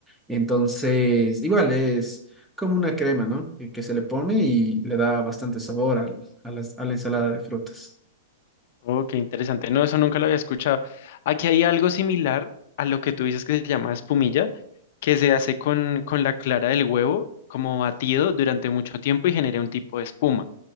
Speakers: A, in the centre; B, on the left.
A: Entonces, igual es como una crema, ¿no? Que, que se le pone y le da bastante sabor al- a las- a la ensalada de frutas.
B: oh, qué interesante. No, eso nunca lo había escuchado. Aquí hay algo similar a lo que tú dices que se llama espumilla, que se hace con, con la clara del huevo, como batido durante mucho tiempo y genera un tipo de espuma.